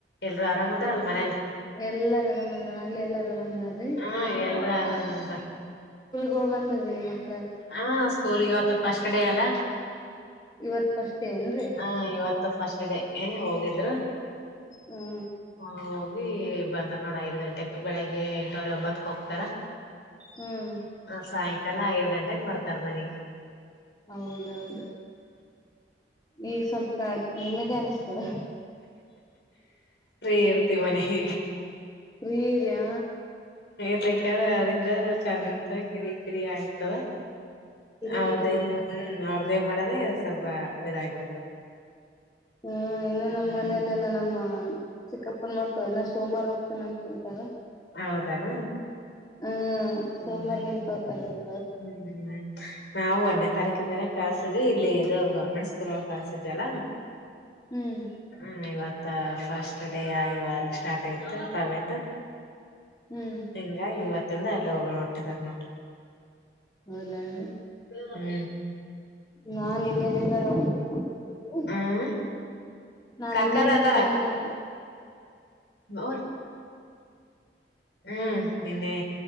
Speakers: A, on the left; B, on the left.
A: ಎಲ್ರು ಆರಾಮ್ದಾರಲ್ಲ ಮನೇಲಿ
B: ಎಲ್ಲಾರ ರಮದ್ರ ಅಲ್ಲಿ ಎಲ್ಲಾರ ರಮದಾರೀೂ
A: ಹಾ ಎಲ್ರು ಆರಾಮಂತ
B: ಗೋಬಂದ್ರ ರೀ ಮತ್ತೆ
A: ಹಾ ಸ್ಕೂಲ್ಗ ಅವತ್ತು ಪಫಸ್ಟ್ ಡೇ ಅಲ್ಲಾ
B: ಇವತ್ ಫಸ್ಟ್ ಡೇ ಏನ್ರಿ
A: ಹಾ ಇವತ್ತು ಫಸ್ಟ್ ಡೇ ಹೋಗಿದ್ರು
B: ಹಾ
A: ಹ ಬಂದ್ರ ನೋಡ ಐದ್ ಗಂಟೆ ಬೆಳಿಗ್ಗೆ ಎಂಟವ್ರ ಎಂಬತ್ತಕ್ ಹೋಗ್ತಾರ
B: ಹ್ಮ್
A: ಹ ಸಾಯಂಕಾಲ ಐದ್ ಗಂಟೆಗೆ ಬರ್ತಾರ ಮನೆಗೆ
B: ಹೌದೌದು ಈಗ ಸ್ವಲ್ಪ ನೆಮ್ಮದಿ ಅನಿಸ್ತದ
A: ಪ್ರರ್ತಿ ಮನೆಗೆ
B: ಪ್ರೀ ಇದ್ಯಾ.
A: ಯೇಕಾದ್ರೆ ಯಾರಿದ್ರ ಚೆಂದ ಕಿರಿ ಕಿರಿ ಆಗ್ತದ.
B: ಕಿರಿಕಿರಿ
A: ಅವ್ರ್ದ
B: ಹ್ಮ
A: ಹ್ಮ್ ಅವ್ರ್ದೇ ಮಾಡದೇ ಸ್ವಲ್ಪ ಇದಾಗಬಿಡ್ತದ.
B: ಹ್ಮ ಇನ್ನು ನಮ್ಮ್
A: ಹ್ಮ್
B: ಮನೆಯಲೆಲ್ಲಾ ನಮ್ಮ ಚಿಕ್ಕಪ್ಪನ ಮಕ್ಳ ಸೋಮವಾರ ಹೋಗ್ತೀನ ಅನ್ಕಂತಾರ
A: ಹೌದಾನ
B: ಹ್ಮ‌.
A: ಹ್ಮ್
B: ಸೋಮವಾರಲಿ
A: ಹ್ಮ್
B: ತೋತಾರಂತೆ.
A: ಹ್ಮ್ ಹ್ಮ್ ನಾವು ಒನ್ನೆ ತಾರಿಕ್ ಯಿಂದ ಕಸಿದ್ವಿ ಇಲ್ಲಿ ಇದು ಗೌರ್ಮೆಂಟ್ ಸ್ಕೂಲ್ ಒಳ ಕಳ್ಸಿದ್ವಲ್ಲಾ.
B: ಹ್ಮ್
A: ಹ್ಮ್ ಈವತ್ತು ಫಸ್ಟ್ ಡೇ ಆಯವ ಅಲ್ಲಿ ಸ್ಟಾರ್ಟ್ ಆಗತ್ತು ಪ್ರೈವೇಟ್.
B: ಹ್ಮ್
A: ಹಿಂಗಾಗಿ ಇವತ್ತಿಂದ ಎಲ್ಲಿ ಹಗಳು ಹೊಟ್ಟಿದಾರ್ ನಾಡ.
B: ಹೌದಲ್ರಿ
A: ಹ್ಮ್
B: ನಾನ್ ಇನ್ನೆಲ್ಲಿಂದ <unintelligible>
A: ಹ್ಮ
B: ನಾ
A: ಕಾಕಾರ
B: ನೆನ್ನೆಲಿಂದ
A: ಅದಾರ
B: ಜಾಯಿನ್ ಆದೆ.
A: ಅವ್ರ ಹ್ಮ್ ನಿನ್ನೆ